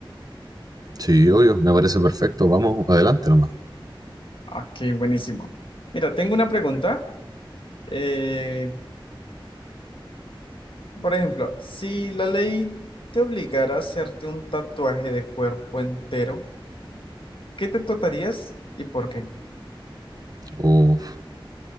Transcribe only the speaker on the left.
Aquí, buenísimo. Mira, tengo una pregunta. Eh, por ejemplo, si la ley te obligara a hacerte un tatuaje de cuerpo entero, ¿qué te tatuarías y por qué?